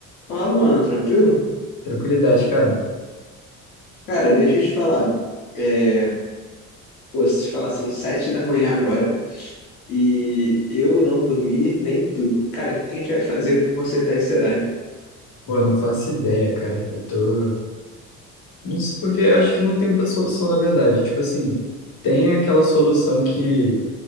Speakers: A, on the left; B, on the left.
A: Fala, mano, tranquilo?
B: Tranquilidade, cara.
A: Cara, deixa eu te falar. É, pô, se te falar, são sete da manhã agora e eu não dormi, nem tu. Cara, o que que a gente vai fazer pra consertar esse horário?
B: Pô, eu não faço ideia, cara. Eu tô. Isso porque eu acho que não tem muita solução, na verdade. Tipo assim, tem aquela solução que